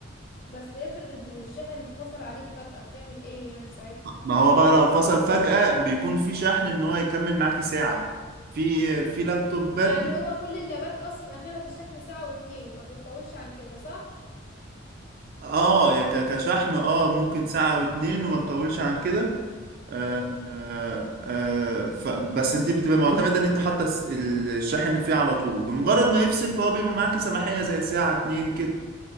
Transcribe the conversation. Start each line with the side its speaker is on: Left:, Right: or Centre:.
Left: بس افرض ان الشحن فصل عليك فجأة بتعمل ايه يعني ساعتها
Right: ما هو بقى لو فصل فجاه بيكون في شحن ان هو يكمل معاكي ساعه في آه، في لابتوبات
Left: يعني هو كل اللابات اصلا اخرها في الشحن ساعة واتنين ما بتطولش عن كده صح
Right: اه يا ك- كشحن اه ممكن ساعة او اتنين وما تطولش عن كده آه
Left: امم
Right: آه آه ف بس انت بتبقى معتمدة ان انت حاطة الس- الشاحن فيه على طول بمجرد ما يفصل فهو بيبقى معاكي سماحية زي ساعة اتنين كده